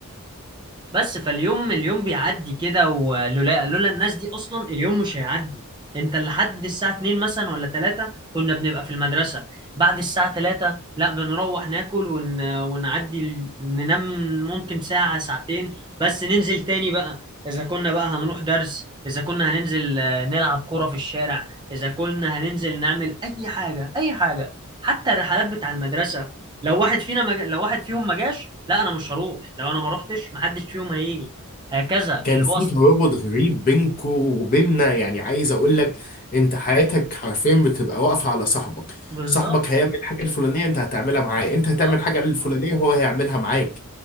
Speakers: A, on the right; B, on the left.
A: بس فاليوم اليوم بيعدي كده ولولا لولا الناس دي اصلا اليوم مش هيعدي انت لحد الساعة 2 مثلا ولا 3 كنا بنبقى في المدرسة بعد الساعة 3 لا بنروح ناكل ون... ونعدي ال- ننام ممكن ساعة ساعتين بس ننزل تاني بقى اذا كنا بقى هنروح درس اذا كنا هننزل آه، نلعب كرة في الشارع اذا كنا هننزل نعمل اي حاجة اي حاجة حتى الرحلات بتاع المدرسة لو واحد فينا مج... لو واحد فيهم ما جاش لا انا مش هروح لو انا ما روحتش محدش فيهم هيجي هكذا
B: كان
A: اللي
B: في
A: هو
B: ترابط غريب بينكو وبيننا يعني عايز اقول لك انت حياتك حرفيا بتبقى واقفه على صاحبك
A: بالظبط
B: صاحبك هيعمل الحاجه الفلانيه انت هتعملها معاه انت هتعمل
A: اه
B: الحاجه الفلانيه هو هيعملها معاك